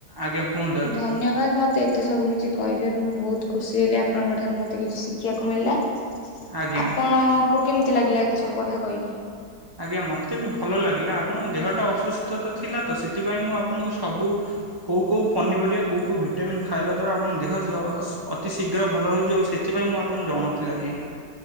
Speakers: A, on the right; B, on the left.
A: ଆଜ୍ଞା କୁହନ୍ତୁ ଆଜ୍ଞା
B: ଧନ୍ୟବାଦ ମତେ ମତେ ଏତେ ସବୁ କିଛି କହିଥିବାରୁ ମୁଁ ବହୁତ ଖୁସି ହେଲି ଆପଣଙ୍କ ଠାରୁ ମତେ କିଛି ଶିଖିବାକୁ ମିଳିଲା।
A: ଆଜ୍ଞା
B: ଆପଣଙ୍କୁ କେମିତି ଲାଗିଲା ଏତେ ସବୁ କଥା କହିକି
A: ଆଜ୍ଞା ମୋତେ ବି ଭଲ ଲାଗିଲା ଆପଣଙ୍କ ଦେହଟା ଅସୁସ୍ଥତା ଥିଲା ତ ସେଥିପାଇଁ ମୁଁ ଆପଣଙ୍କୁ ସବୁ କୋଉ କୋଉ ପନିପରିବା କୋଉ କୋଉ ଭିଟାମିନ୍ ଖାଇବା ଦ୍ୱାରା ଆପଣ ଦେହ ଅତିଶୀଘ୍ର ଭଲ ହୋଇଯିବ ସେ ସେଥିପାଇଁ ମୁଁ ଆପଣଙ୍କୁ ଜଣଉଥିଲି ଆଜ୍ଞା।